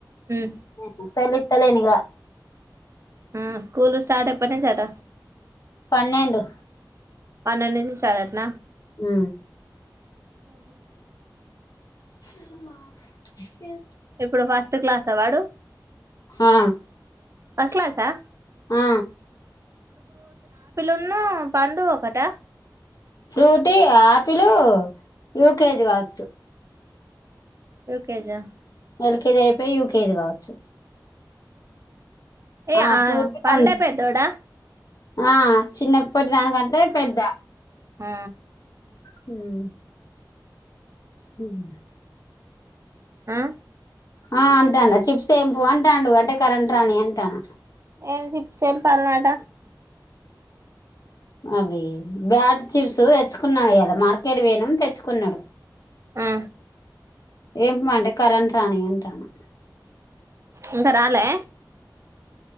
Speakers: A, on the right (about 40°); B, on the left (about 50°).
A: ఉమ్
B: హా సెల్ ఇ తెలెనిగా
A: ఆ స్కూల్లు స్టార్ట్ ఎప్పటినుంచ్ అట
B: పన్నెండు.
A: పన్నెండు నుంచి స్టార్ట్ అటన
B: హు
A: ఆహా
B: <unintelligible> ఏ
A: ఇప్పుడు ఫస్ట్ క్లాస వాడు
B: ఆ
A: ఫస్ట్ క్లాస్ ఆ
B: ఆ
A: ఇన్ను పండు ఒకట.
B: Frutti apple U K G కావచ్చు.
A: యూ కే జా
B: ఎల్ కే జీ అయిపోయి యూ కే జీ కావచ్చు.
A: ఏ
B: ఆ
A: ఆఆ
B: ఫ్రూటీ
A: పండే
B: రెండు
A: పేద్దోడా
B: ఆ చిన్నప్ పొట్టి దానికంటే
A: అవును
B: పెద్ద
A: ఆ హ
B: హ్మ్ హు హు
A: ఆ
B: ఆ అంటానా చిప్స్ ఎంపు అంటాండు అంటే కరెంట్ రాని అంటానా
A: ఏం చిప్స్ ఎంపల్నాట
B: అవి బ్యాట్ చిప్స్ తెచ్చుకున్నాడు ఇయల మార్కెట్ వోయినం తెచ్చుకున్నాడు
A: ఆ
B: ఎంపమంటే కరెంట్ రాని అంటానా
A: ఇంక రాలే